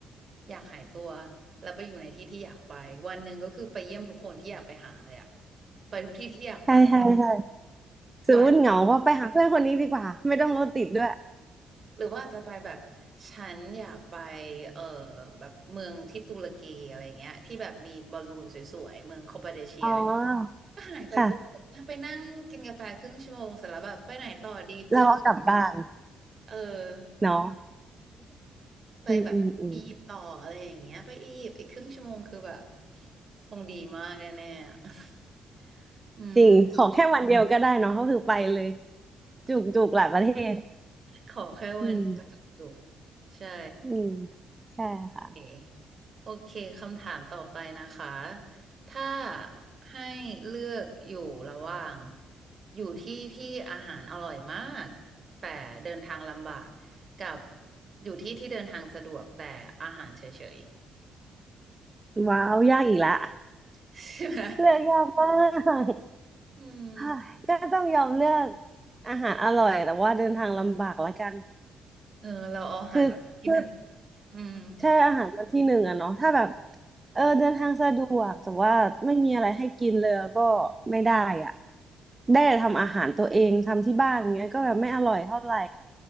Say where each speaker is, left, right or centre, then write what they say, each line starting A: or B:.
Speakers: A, on the right (about 40°); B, on the right (about 20°).
A: อยากหายตัวแล้วไปอยู่ในที่ที่อยากไปวันหนึ่งก็คือไปเยี่ยมทุกคนที่อยากไปหาเลยอะไปทุกที่ที่อยากไป
B: ใช่ใช่ใช่สมมติเหงาก็ไปหาเพื่อนคนนี้ดีกว่าไม่ต้องรถติดด้วย
A: ไป หรือว่าอาจจะไปแบบฉันอยากไปเออแบบเมืองที่ตุรกีอะไรเงี้ยที่แบบมีบอลลูนสวยๆเมืองคอปาเดเชียอะไร
B: อ๋อ
A: ก็หายไปปุ๊บไปนั่งกินกาแฟครึ่งชั่วโมงเสร็จแล้วแบบไปไหนต่อดีปุ๊บ
B: ค่ะเราเอากลับบ้าน
A: เออ
B: เนาะ
A: ไปแบบอียิปต์ต่ออะไรอย่างเงี้ยไปอียิปต์อีกครึ่งชั่วโมงคือแบบ
B: อืมอืมอืม
A: คงดีมากแน่ๆอะ <laughs> อืม
B: จริงขอแค่วันเดียวก็ได้เนาะก็คือไปเลยจุกจุกหลายประเทศ
A: ขอแค่วันเดียวจุกๆใช่
B: อืมอืมใช่ค่ะ
A: เคโอเคคำถามต่อไปนะคะถ้าให้เลือกอยู่ระหว่างอยู่ที่ที่อาหารอร่อยมากแต่เดินทางลำบากกับอยู่ที่ที่เดินทางสะดวกแต่อาหารเฉย
B: ว้าวยากอีกละ
A: ๆใช่ไหม
B: เลือกยากมาก
A: อืม
B: เฮ้ยก็ต้องยอมเลือกอาหารอร่อยแต่ว่าเดินทางลำบากละกัน
A: เออเราเอาอาหารมาที่หนึ่ง
B: คือคือ
A: อืม
B: ใช่อาหารมาที่หนึ่งอะเนาะถ้าแบบเออเดินทางสะดวกแต่ว่าไม่มีอะไรให้กินเลยก็ไม่ได้อ่ะได้แต่ทำอาหารตัวเองทำที่บ้านอย่างเงี้ยก็แบบไม่อร่อยเท่าไหร่